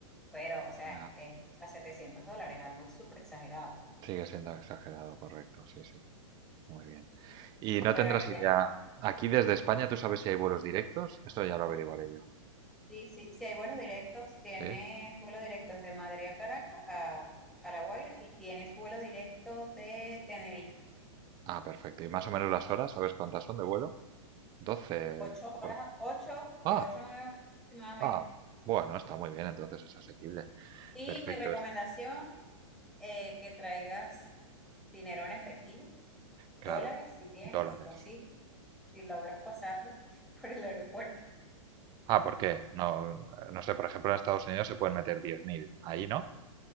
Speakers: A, in the centre; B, on the right (about 25°).
A: pero, o sea,
B: Ya,
A: es a 700 dólares, algo súper exagerado.
B: Sigue siendo exagerado, correcto, sí, sí. Muy bien. Y no
A: Pero
B: tendrás
A: aquí tienes,
B: idea. Aquí desde España, ¿tú sabes si hay vuelos directos? Esto ya lo averiguaré yo.
A: sí, sí, sí hay vuelos directos, tienes
B: ¿Sí?
A: vuelo directo desde Madrid a Caracas a, a La Guaira y tienes vuelo directo de Tenerife.
B: Ah, perfecto. ¿Y más o menos las horas? ¿Sabes cuántas son de vuelo? doce
A: Ocho horas,
B: por-
A: ocho, de
B: Ah,
A: ocho a nueve horas aproximadamente.
B: ah. Bueno, está muy bien, entonces es asequible.
A: Y
B: Perfecto,
A: mi recomendación
B: es
A: eh, que traigas dinero en efectivo, dólares,
B: claro.
A: si tienes,
B: Dólares.
A: si consigues, si logras pasarlo <laughs> por el aeropuerto.
B: Ah, ¿por qué? No, eh, no sé, por ejemplo, en Estados Unidos se pueden meter 10.000 Ahí, ¿no?